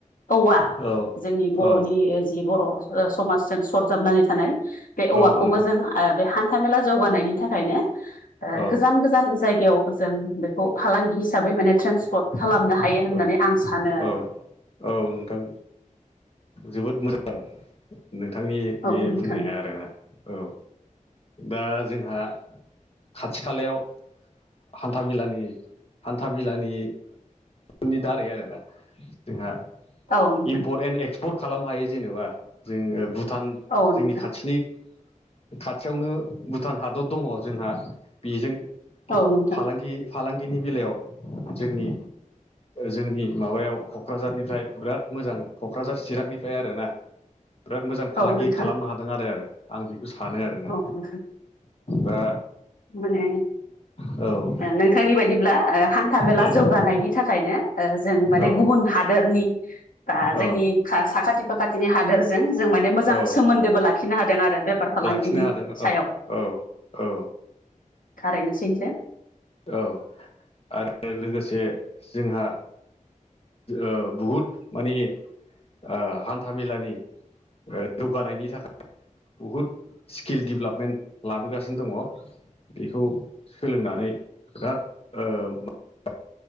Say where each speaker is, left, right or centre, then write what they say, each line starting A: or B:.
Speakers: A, on the left; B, on the left.
A: औवा
B: औ
A: जोंनि बर'नि
B: औ
A: जि बर' समाजजों सरजाबनानै थानाय बे औवाखौबो
B: औ नोंथां
A: जों बे हान्था मेला जौगानायनि थाखायनो
B: औ
A: गोजान गोजान जायगायाव जों बेखौ फालांगि हिसाबै माने ट्रेन्सपर्ट खालामनो हायो होननानै
B: औ
A: आं सानो आरो।
B: औ औ नोंथां जोबोद मोजां नोंथांनि बे
A: औ नोंथां
B: बुंनाया आरोना औ दा जोंहा खाथि खालायाव हान्था मेलानि हान्था मेलानि नि दारै आरो ना जोंहा
A: औ नोंथां
B: इमपर्ट एन्ड एक्सपर्ट खालामनो हायो जेनेबा जोङो भुटान
A: औ नोंथां
B: जोंनि खाथिनि खाथियावनो भुटान हादर दङ जोंहा बेजों
A: औ नोंथां
B: फालांगि फालांगिनि बेलायाव जोंनि जोंनि माबायाव कक्राझारनिफ्राय बिराद मोजां कक्राझार चिरांनिफ्राय आरोना बिराद मोजां फालांगि
A: औ नोंथां
B: खालामनो हादों आरो आरो आं बेखौ सानो आरोना
A: औ नोंथां
B: दा
A: माने
B: औ
A: नोंथांनि बायदिब्ला हान्था मेला
B: औ
A: जौगानायनि थाखायनो जों माने
B: औ
A: गुबुन हादोरनि
B: औ
A: जोंनि साखाथि फाखाथिनि हादोरजों जों माने मोजां
B: औ
A: सोमोन्दोबो लाखि खिनो हादों आरो बेफार फालांगिनि
B: लाखिनो हादों
A: सायाव
B: औ औ औ
A: थारैनो सैते ।
B: औ आरो लोगोसे जोंहा ओ बहुद माने ओ हान्था मेलानि जौगानायनि थाखाय बहुद स्किल डेभेलपमेन्ट लाबोगासिनो दङ बेखौ सोलोंनानै बिराद ओ